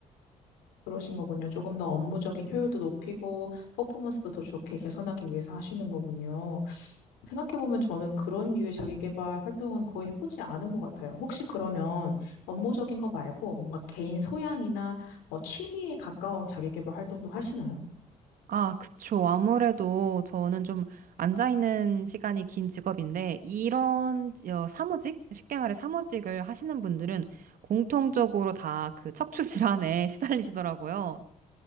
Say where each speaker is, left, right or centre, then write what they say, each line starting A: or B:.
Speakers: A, on the left; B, on the right.
A: 그러신 거군요. 조금 더 업무적인 효율도 높이고 퍼포먼스도 더 좋게 개선하기 위해서 하시는 거군요. 생각해보면 저는 그런 류의 자기계발 활동은 거의 해보지 않은 것 같아요. 혹시 그러면 업무적인 거 말고 뭔가 개인 소양이나 뭐 취미에 가까운 자기계발 활동도 하시나요?
B: 아, 그쵸. 아무래도 저는 좀 앉아있는 시간이 긴 직업인데, 이런 어, 사무직? 쉽게 말해 사무직을 하시는 분들은 공통적으로 다 그 척추 질환에 <laughs> 시달리시더라고요.